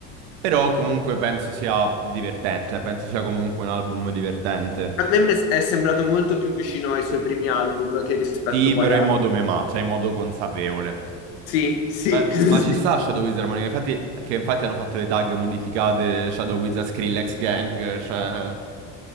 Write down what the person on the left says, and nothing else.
A me mi è sembrato molto più vicino ai suoi primi album che rispetto
poi
a...
Sì, sì,
<laughs> sì.